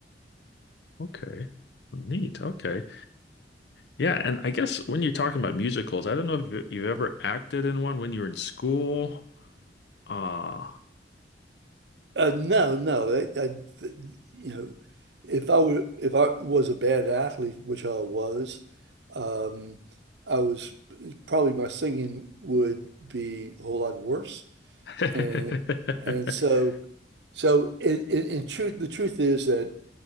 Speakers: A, on the left; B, on the right.
A: okay. Neat. Okay. Yeah, and I guess when you're talking about musicals, I don't know if you- you've ever acted in one when you were in school. Uh
B: Uh, no, no. that I, th- you know, if I were if I was a bad athlete, which I was, um, I was probably my singing would be a whole lot worse.
A: <laughs>
B: And and so, so in in, in truth, the truth is that